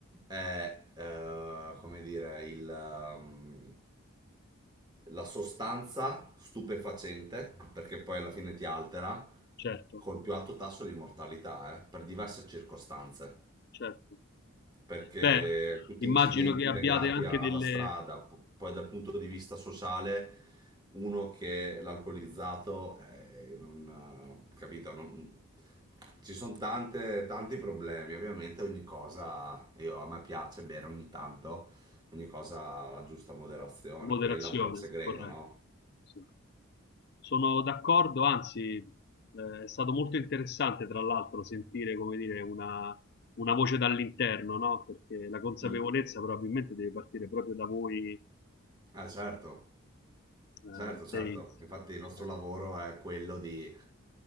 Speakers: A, on the right; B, on the left.
A: è, eh, come dire, il, ehm, la sostanza stupefacente, perché poi alla fine ti altera,
B: certo,
A: col più alto tasso di mortalità, eh, per diverse circostanze
B: certo.
A: perché
B: Beh,
A: tutti
B: immagino
A: incidenti
B: che abbiate
A: legati
B: anche
A: a-
B: delle
A: alla strada, P- poi dal punto di vista sociale, uno che è l'alcolizzato, eh, non, eh, capito, non- ci sono tante, tanti problemi, ovviamente ogni cosa, io, a me piace bere ogni tanto, ogni cosa alla giusta moderazione,
B: moderazioni,
A: quella è un po' il segreto,
B: corretto.
A: no?
B: Sì. Sono d'accordo, anzi, eh, è stato molto interessante, tra l'altro, sentire, come dire, una, una voce dall'interno, no? Perché la consapevolezza
A: Mm.
B: probabilmente deve partire proprio da voi, eh,
A: Ah, certo.
B: eh,
A: Certo, certo.
B: dei-
A: Infatti il nostro
B: certo,
A: lavoro è quello di,